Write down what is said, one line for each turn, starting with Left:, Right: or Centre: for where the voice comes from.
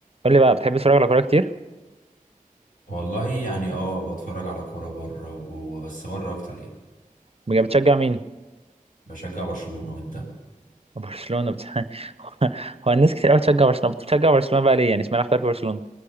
Right: قول لي بقى بتحب تتفرج على كوره كتير
Left: والله يعني اه بتفرج على كورة بره وجوه بس بره اكتر يعني
Right: بجد بتشجع مين
Left: بشجع برشلونة وانت
Right: برشلونه بت... <laughs> هو الناس كتير قوي بتشجع برشلونه بتشجع برشلونه بقى ليه يعني اشمعنى اخترت برشلونه